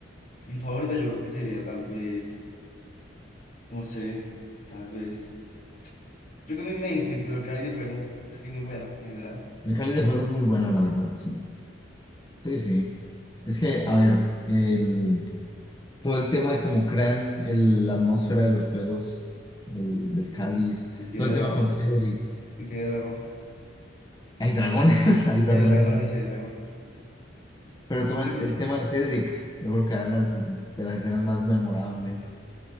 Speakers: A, on the left; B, on the left.
A: mi favorita yo creo que sería tal vez, no sé, tal vez... Yo creo que mi mainstream, pero el Cáliz de Fuego es que es muy buena en general.
B: el Cáliz de Fuego es muy buena, la verdad, sí. Sí, sí. Es que, a ver, el, todo el tema de cómo crean el- la atmósfera de los juegos, del, del Cáliz,
A: Y tiene
B: todo el
A: dragones.
B: tema con Cedric.
A: Y tiene dragones.
B: Hay dragones, <laughs> hay
A: Y
B: dragones.
A: hay dragones, y hay dragones.
B: Pero todo
A: Siento
B: el,
A: que...
B: el tema de Cedric, yo creo que era las, de las escenas más memorables.